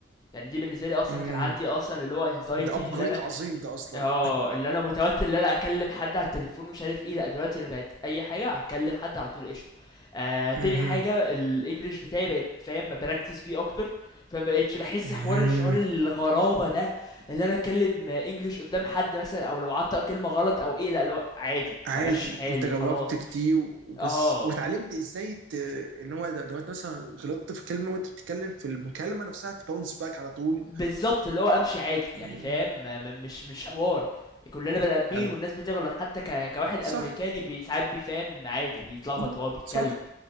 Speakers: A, on the left; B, on the right.
A: يعني دي بالنسبه لي اصلا
B: امم
A: كان عندي اصلا اللي هو انزايتي
B: ده ابجريد
A: اللي انا
B: عظيم ده اصلا
A: اه اللي انا متوتر ان انا اكلم حد على التليفون ومش عارف ايه لا دلوقتي انا بقت اي حاجه اكلم حد على طول قشطه آه تاني
B: امم
A: حاجه الانجليش بتاعي بقت فاهم ببراكتس بيه اكتر فما بقتش بحس
B: امم
A: حوار شعور الغرابه ده اللي انا اتكلم انجليش قدام حد مثلا او لو عنطق كلمه غلط او ايه لا لو عادي
B: عادي
A: بمشي حالي
B: انت جربت
A: خلاص
B: كتير وبس
A: اه
B: واتعلمت ازاي ت... ان هو لو انت مثلا غلطت في كلمه وانت بتتكلم في المكالمه نفسها تباونس باك على طول
A: بالظبط اللي هو امشي عادي يعني
B: أمم.
A: فاهم ما- ما- مش مش حوار كلنا بني ادمين
B: حلو
A: والناس بتغلط حتى ك... كواحد
B: صح
A: امريكاني بي- ساعات بيفهم عادي بيتلخبط
B: اه
A: وهو بيتكلم
B: صح